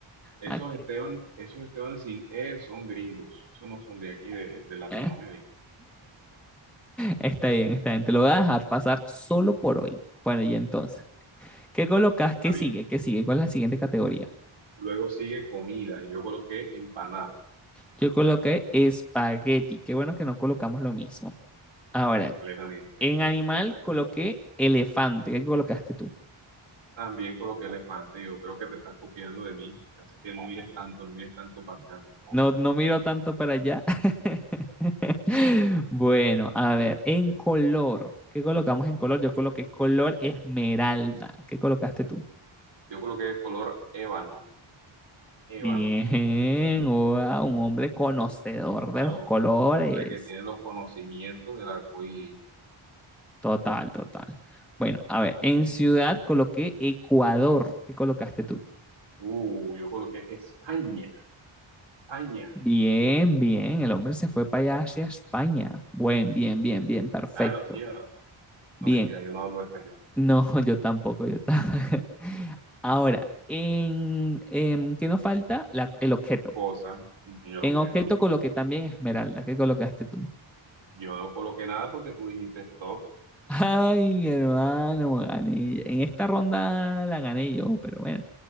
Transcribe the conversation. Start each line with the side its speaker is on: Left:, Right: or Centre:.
Right: Esos
Centre: Ah, que-
Right: Esteban, esos Esteban sin E son gringos, esos no son de aquí, de, de Latinoamérica.
Centre: <laughs> Está bien, está bien. Te lo voy a dejar pasar solo por hoy. Bueno, y entonces, ¿qué colocas?
Right: Está
Centre: ¿Qué
Right: bien.
Centre: sigue? ¿Qué sigue? ¿Cuál es la siguiente categoría?
Right: Luego sigue comida, yo coloqué empanada,
Centre: Yo coloqué espagueti. Qué bueno que no colocamos lo mismo. Ahora,
Right: completamente,
Centre: en animal
Right: completamente.
Centre: coloqué elefante. ¿Qué colocaste tú?
Right: También coloqué elefante, yo creo que te estás copiando de mí, así que no mires tanto, no mires tanto para acá, por favor.
Centre: No, no miro tanto para allá. <laughs> Bueno, a ver, en color. ¿Qué colocamos en color? Yo coloqué color esmeralda. ¿Qué colocaste tú?
Right: Yo coloqué el color ébano, ébano.
Centre: Bien, wow, un hombre conocedor
Right: Claro,
Centre: de los colores.
Right: un hombre que tiene los conocimientos del arco iris.
Centre: Total, total. Bueno, a ver, en ciudad coloqué Ecuador. ¿Qué colocaste tú?
Right: Uh, yo coloqué España, España.
Centre: Bien, bien, el hombre se fue para allá hacia España. Buen, bien, bien, bien, perfecto.
Right: Claro, tío.
Centre: Bien,
Right: No, mentira, yo no hablo español.
Centre: No, <laughs> yo tampoco, yo tampoco. <laughs> Ahora, en, em, ¿qué nos falta? La- el objeto.
Right: Cosa, ujú,
Centre: En
Right: objeto.
Centre: objeto coloqué también esmeralda. ¿Qué colocaste tú?
Right: Yo no coloqué nada porque tú dijiste stop.
Centre: <laughs> Ay, hermano, gané. En esta ronda la gané yo, pero bueno,